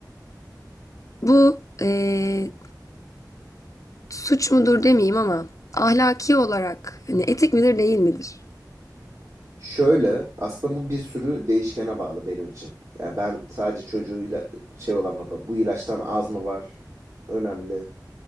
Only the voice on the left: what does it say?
Bu ee, suç mudur demeyeyim ama ahlaki olarak hani etik midir değil midir?